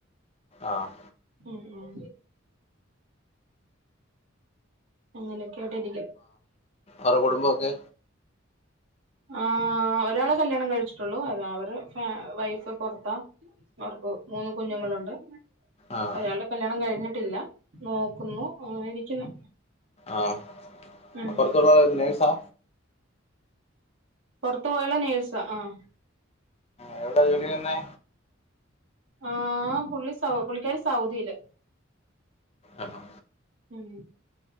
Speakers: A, on the left; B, on the right.
A: ആഹ്
B: ഉം ഉം അങ്ങനെക്കായിട്ട് ഇരിക്കുന്നു.
A: അറ കുടുംബൊക്കെ?
B: ആഹാ ഒരാള് കല്യാണം കഴിച്ചിട്ടുള്ളു അത അവര് വൈഫ് പൊർത്താ. അവർക്ക് മൂന്ന് കുഞ്ഞുങ്ങളുണ്ട്.
A: ആഹ്
B: അയാള്ടെ കല്യാണം കഴിഞ്ഞിട്ടില്ല നോക്കുന്നു അങ്ങനെ ഇരിക്കുന്നു.
A: ആഹ്
B: ഉം
A: പൊർത്തുള്ളാ ള് നേഴ്സാ?
B: പൊർത്ത് പോയാള് നേഴ്സാ ആഹ്
A: എവിടൊ ജോലി ചെയ്യുന്നേ
B: ആഹ് പുള്ളി സൗ പുള്ളിക്കാരി സൗദിലാ.
A: ആണോ
B: ഉം